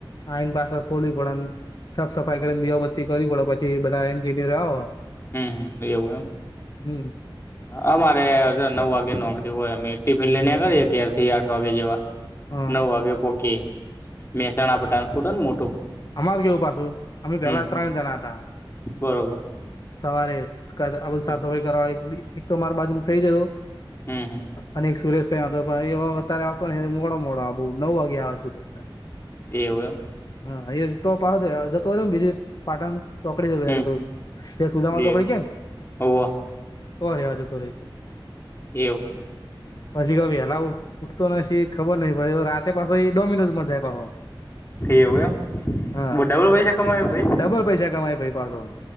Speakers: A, on the left; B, on the left.
A: આઈને પાસે ખોલી પડે ને સાફ સફાઈ કરીને દીવાબત્તી કરવી પડે પછી બધા એન્જિનિયર આવ.
B: હમ્મ એવું એમ.
A: હમ્મ.
B: અમારે જો નવ વાગ્યા નોકરી હોય અમે ટિફિન લઈને નેકડીએ ઘેરથી આઠ વાગે જેવા.
A: હા
B: નવ વાગે પોહકિયે મહેસાણા પટાપૂટું ને મોટું.
A: અમાર કેવું પાછું અમે
B: હમ
A: પેહલા ત્રણ જણા હતા.
B: બરોબર.
A: સવારે આ બધ
B: હમ
A: સાફ સફાઈ કરવા એક તો માર બાજુ સઈ જતો.
B: હમ્મ.
A: અને એક સુરેશ કરીને આવતો હતો પણ એ અત્યારે આવતો ને મોડા મોડો નવ વાગે આવે છે તો.
B: એવું એમ
A: હા એ તો પ જતોમ બીજે પાટણ. ચોકડી
B: હમ
A: જ સુદા ચોકડી
B: એવું
A: કે.
B: હોવ
A: તોહ રેવા જતો રય.
B: એવું.
A: પછી ક વેલા ઉઠતો છી ખબર નહી પછી રાતે પાછો એ ડોમિનોઝમાં જાય પાછો.
B: એવું એમ
A: હા
B: ડબલ પૈસા કમાયો ભાઈ
A: ડબલ પૈસા કમાય ભઈ પાછો.